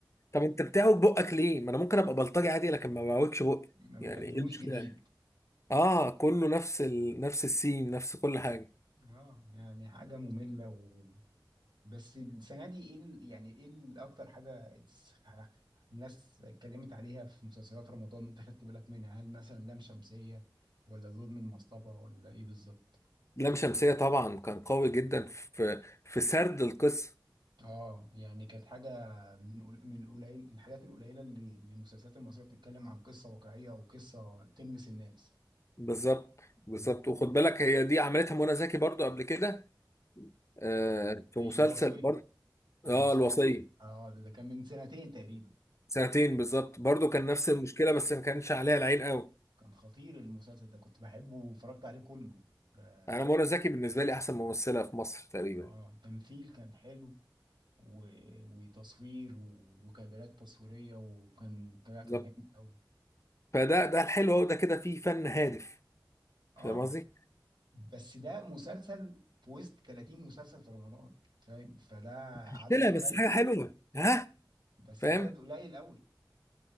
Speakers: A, on the left (about 40°); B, on the right (about 75°).
A: طب انت بتعوج بقك ليه ما انا ممكن ابقى بلطجي عادي لكن ما بعوجش بقي
B: ما
A: يعني
B: بيقدموش
A: ايه المشكلة
B: جديد
A: اه كله نفس ال... نفس السين نفس كل حاجة
B: اه يعني حاجه ممله و... بس السنه دي ايه ال... يعني ايه ال- اكتر حاجه اتس- الناس اتكلمت عليها في مسلسلات رمضان انت خدت بالك منها هل مثلا لام شمسيه ولا ظلم المصطبه ولا ايه بالظبط
A: لام شمسية طبعا كان قوي جدا في في سرد القصة
B: اه يعني كانت حاجه من قل- من القليل الحاجات القليله اللي اللي المسلسلات المصريه بتتكلم عن قصه واقعيه وقصه تلمس الناس
A: بالظبط بالظبط
B: مم.
A: وخد بالك هي دي عملتها منى زكي برضو قبل كده آه، في
B: في
A: مسلسل
B: الوصية
A: برضو
B: الوصية
A: اه الوصية
B: اه ده, ده كان من سنتين تقريبا
A: سنتين بالظبط برضو كان نفس المشكلة بس ما كانش عليها العين قوي
B: كان خطير المسلسل ده كنت بحبه واتفرجت عليه كله اه
A: انا منى زكي بالنسبة لي احسن ممثلة في مصر تقريبا
B: آه، تمثيل كان حلو و... وتصوير و... وكادرات تصويرية وكان لا،
A: بالظبط
B: كان جامد قوي
A: فده ده الحلو اهو ده كده فيه فن هادف
B: اه
A: فاهم قصدي؟
B: بس ده مسلسل في وسط 30 مسلسل في رمضان فاهم فده
A: مشكلة
B: عدد قليل
A: بس حاجة حلوة ها
B: بس
A: فاهم
B: عدد قليل قوي